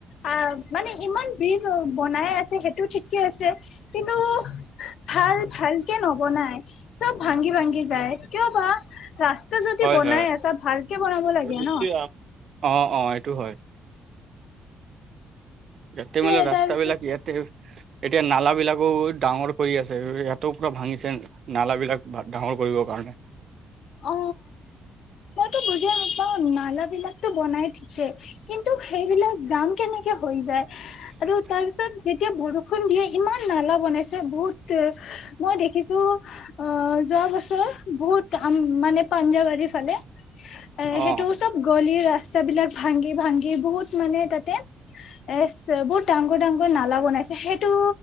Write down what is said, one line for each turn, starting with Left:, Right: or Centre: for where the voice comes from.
Left: আহ মানে ইমান ব্ৰীজ বনাই আছে সেইটো ঠিকে আছে কিন্তু ভাল ভালকে নবনাই চব ভাংগি ভাংগি যায় কিয় বা ৰাস্তা যদি
Right: হয়,
Left: বনাই
Right: হয়।
Left: আছে ভালকে বনাব লাগে
Right: আৰু গুচি
Left: ন
Right: যাম। অ', অ', এইটো হয়, ইয়াতে
Left: ত
Right: মানে ৰাস্তা
Left: তাৰ
Right: বিলাক ইয়াতে এতিয়া নালা বিলাকো ডাঙৰ কৰি আছে ইয়াতে পুৰা ভাঙিছে নালা বিলাক বাট ডাঙৰ কৰিবৰ কাৰণে
Left: অ মইতো বুজিয়ে নাপাও নালা বিলাকতো বনাই থিকে কিন্তু সেইবিলাক জাম কেনেকে হৈ যায় আৰু তাৰ পিছত যেতিয়া বৰষুণ সন্ধিয়া ইমান নালা বনাইছে বহুত মই দেখিছো অ যোৱা বছৰ বহুত কাম মানে পাঞ্জাবাৰী ফালে এ
Right: অ',
Left: সেইটো চব গলিৰ ৰাস্তা স্তাবিলাক ভাংগি ভাংগি বহুত মানে তাত তে এ চ বহুত ডাংগৰ ডাংৰ নালা বনাইছে সেইটো